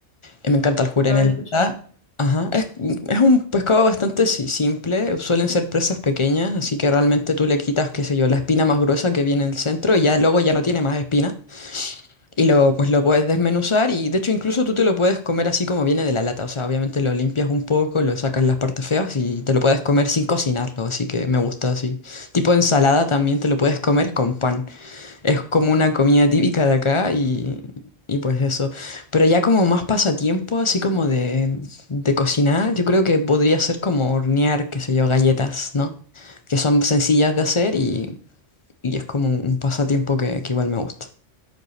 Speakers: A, on the left; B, on the left.
A: Eh, Me encanta el jurel.
B: No lo había escuchado.
A: Ajá. Es, es un pescado bastante si- simple. Suelen ser presas pequeñas, así que realmente tú le quitas, qué sé yo, la espina más gruesa que viene en el centro y ya luego ya no tiene más espina. Y lo, pues lo puedes desmenuzar y de hecho incluso tú te lo puedes comer así como viene de la lata. O sea, obviamente lo limpias un poco, lo sacas las partes feas y te lo puedes comer sin cocinarlo. Así que me gusta así. Tipo ensalada también te lo puedes comer con pan. Es como una comida típica de acá y, y pues eso. Pero ya como más pasatiempo, así como de, de cocinar, yo creo que podría ser como hornear, qué sé yo, galletas, ¿no? Que son sencillas de hacer y, y es como un pasatiempo que, que igual me gusta.